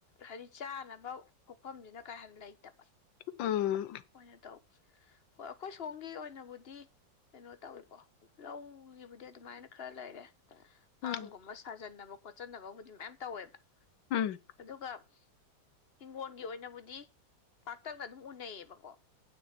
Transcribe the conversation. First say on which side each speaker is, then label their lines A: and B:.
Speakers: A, on the left (about 35°); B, on the left (about 75°).
A: ꯍꯥꯏꯗꯤ ꯆꯥꯅꯕ ꯄꯣꯛꯐꯝꯁꯤꯅ ꯀꯥ ꯍꯥꯟ ꯂꯩꯇꯕ
B: ꯎꯝ
A: ꯑꯣꯏꯅ ꯇꯧ ꯍꯣꯏ ꯑꯩꯈꯣꯏ ꯁꯣꯝꯒꯤ ꯑꯣꯏꯅꯕꯨꯗꯤ ꯀꯩꯅꯣ ꯇꯧꯋꯤꯀꯣ ꯂꯧꯒꯤꯕꯨꯗꯤ ꯑꯗꯨꯃꯥꯏꯅ ꯈꯔ ꯂꯩꯔꯦ ꯐꯥꯔꯝꯒꯨꯝꯕ
B: ꯎꯝ ꯎꯝ
A: ꯁꯥꯖꯟꯅꯕ ꯈꯣꯠꯆꯟꯅꯕꯕꯨꯗꯤ ꯃꯌꯥꯝ ꯇꯧꯋꯦꯕ
B: ꯎꯝ
A: ꯑꯗꯨꯒ ꯍꯤꯡꯒꯣꯜꯒꯤ ꯑꯣꯏꯅꯕꯨꯗꯤ ꯄꯥꯛꯇꯛꯅ ꯑꯗꯨꯝ ꯎꯅꯩꯌꯦꯕꯀꯣ